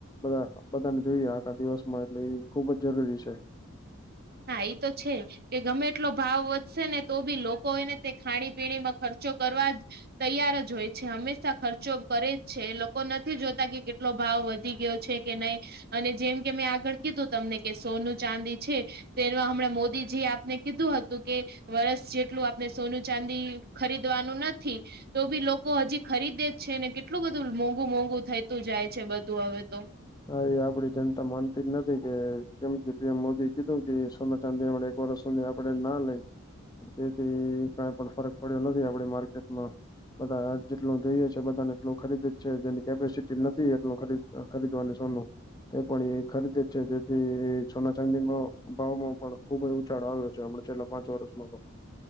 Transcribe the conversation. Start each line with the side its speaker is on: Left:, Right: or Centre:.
Left: બધા બધાન જોઈએ આખા દિવસમાં એટલે એ ખુબ જ જરૂરી છે.
Right: હા ઈ તો છે જ. કે ગમે એટલો ભાવ વધશે ને તો બી લોકો એને તે ખાણી-પીણીમાં ખર્ચો કરવા જ તૈયાર જ હોય છે, હંમેશા ખર્ચો કરે જ છે, લોકો નથી જોતા કે કેટલો ભાવ વધી ગયો છે કે નઈ અને જેમ કે મેં આગળ કીધું તમને કે સોનું, ચાંદી છે તેનું આ હમણાં મોદીજીએ આપને કીધું હતું કે વરસ જેટલું આપડે સોનું, ચાંદી ખરીદવાનું નથી તો બી લોકો હજી ખરીદે જ છે ને કેટલું બધું મોંઘુ-મોંઘુ થઈતું જાય છે બધું હવે તો.
Left: હા, ઈ આપડી જનતા માનતી જ નથી કે કેમ કે પીએમ મોદી કીધું કે સોના ચાંદી આપડે એક વર્ષ સુધી આપડે ના લઈ તેથી કાંઈ પણ ફરક પડ્યો નથી આપડે માર્કેટમાં બધા જેટલું જોઈએ છે બધાને એટલું ખરીદી જ છે જેની કેપેસિટી નથી એટલ ખરી ખરીદવાની ચલો તે પણ એ ખરીદીે જ છે જેથી સોના ચાંદીમાં ભાવમાં પણ ખુબ જ ઉછાળ આવ્યો છે હમણા છેલ પાંચ વરષમાં પન